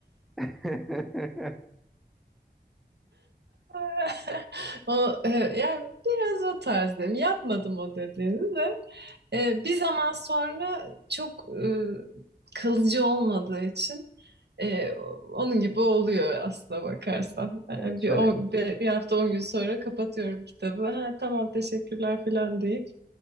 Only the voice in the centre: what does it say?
<laughs>
Şey, e,
şöyle